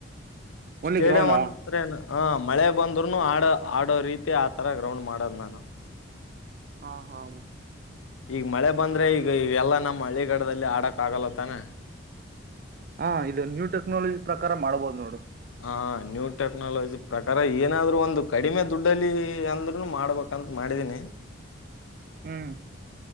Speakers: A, on the left (about 80°); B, on the right (about 45°).
A: ಸ್ಟೇಡಿಯಂ
B: ಓನ್ಲಿ ಗ್ರೌಂಡಾ
A: ಅಂದ್ರೇನು ಹ ಮಳೆ ಬಂದ್ರುನು ಆಡ ಆಡೋ ರೀತಿ ಆತರ ಗ್ರೌಂಡ್ ಮಾಡದ್ ನಾನು
B: ಹಾ ಹಾಮ್
A: ಈಗ ಮಳೆ ಬಂದ್ರೆ ಈಗ ಈವೆಲ್ಲಾ ನಮ್ಮ ಹಳ್ಳಿಗಡದಲ್ಲಿ ಆಡಕ್ ಆಗಲತ್ತಾನೆ.
B: ಹಾ ಇದು ನ್ಯೂ ಟೆಕ್ನಾಲಜಿ ಪ್ರಕಾರ ಮಾಡ್ಬೋದ್ ನೋಡು.
A: ಹ ನ್ಯೂ ಟೆಕ್ನಾಲಜಿ ಪ್ರಕಾರ ಏನಾದ್ರು ಒಂದು ಕಡಿಮೆ ದುಡ್ಡಲಿ ಅಂದ್ರುನು ಮಾಡ್ಬೇಕ್ ಯಂತ ಮಾಡಿದೀನಿ
B: ಹ್ಮ್